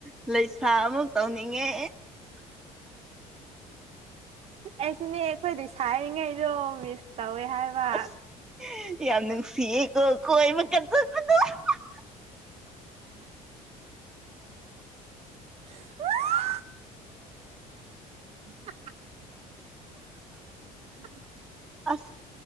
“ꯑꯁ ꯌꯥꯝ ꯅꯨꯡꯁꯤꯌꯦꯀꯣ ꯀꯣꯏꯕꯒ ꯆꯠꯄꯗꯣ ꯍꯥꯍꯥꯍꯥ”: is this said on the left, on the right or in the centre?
Centre